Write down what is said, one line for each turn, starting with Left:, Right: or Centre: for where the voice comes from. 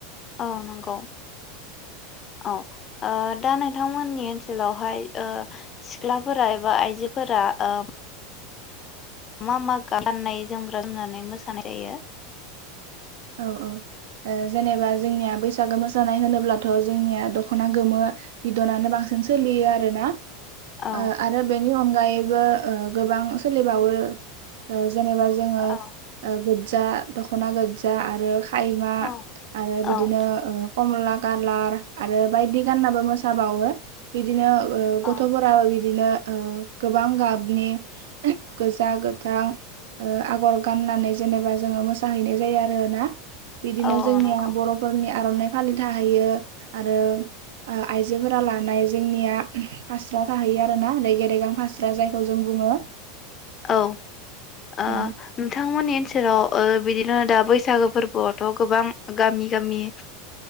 Left: औ नंगौ औ आ दा नोंथांमोननि सोलावहाय ओ सिख्लाफोरा एबा आइजोफोरा ओ मा मा गाननाय जोमग्रा जोमनानै मोसानाय जायो?
Right: औ औ अ जेनेबा जोंनिया बैसागो मोसानाय होनोब्लाथ' जोंनिया दख'ना गोमो बिदनानो बांसिन सोलियो आरोना
Left: औ
Right: ओ आरो बेनि अनगायैबो गोबां सोलिबावो जेनेबा जोङो
Left: औ
Right: गोज्जा दखना गोज् फा आरो खायमा
Left: औ
Right: आरो
Left: औ
Right: बिदिनो ओ कमला गालार आरो बायदि गाननाबो मोसाबावो बिदिनो
Left: औ
Right: गथ'फोराबो बिदिनो ओ गोबां गाबनि गोजा गोथां ओ आगर गाननानै जेनेबा जोङो मोसाहैनाय जायो आर आरो ना बिदिनो
Left: औ
Right: जोंनिया
Left: नंगौ
Right: बरफोरनि आर'नाइ फालिथा होैयो आरो आइजोफोरा लानाय जोंनिया फास्रा थाहैयो आरो ना रेगे रेगां फास्रा जायखौ जों बुङो
Left: औ आ
Right: औ
Left: नोंथांमोननि ओनसोराव बिदि दि दा बैसागो फोरबोआवथ' गोबां गामि गामि